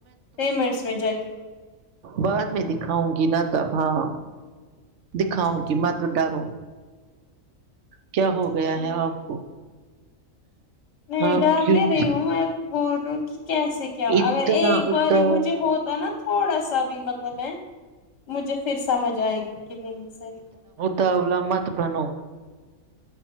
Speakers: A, on the left; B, on the right.
A: پیمنٹس میں جا کے
B: بد میں دکھاؤں گی نہ ت اب ہاں دکھاؤں
A: اچھا ٹھیک
B: گی مت کو ڈرو کیا ہو
A: اچھا
B: گیا
A: ٹھیک
B: ہے آپ کو
A: نہیں
B: آپ
A: ڈر
B: کیوں
A: نہیں رہی ہوں میں بول رہی ہوں کہ کیسے کیا
B: اتنا
A: اگر ایک بار
B: اتا
A: مجھے ہوتا نا تھوڑا سا بھی مطلب وہ میں مجھے پھر سمجھ آئے گی کہ نہیں صحیح
B: تول مت بنو